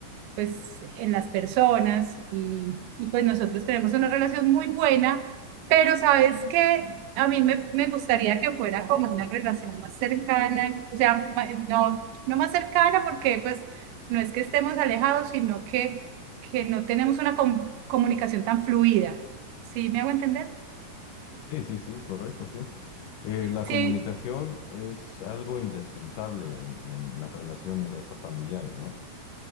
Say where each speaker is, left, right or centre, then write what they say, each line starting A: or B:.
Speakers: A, on the right; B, on the left.
A: pues en las personas y, y pues nosotros tenemos una relación muy buena, pero sabes que a mí me, me gustaría que fuera como una relación más cercana, o sea, ma- no, no más cercana porque pues no es que estemos alejados, sino que, que no tenemos una com- comunicación tan fluida. ¿Sí me hago entender?
B: Sí, sí, sí, correcto, sí. Eh, la
A: Sí,
B: comunicación es algo indispensable en, en las relaciones hasta familiares, ¿no?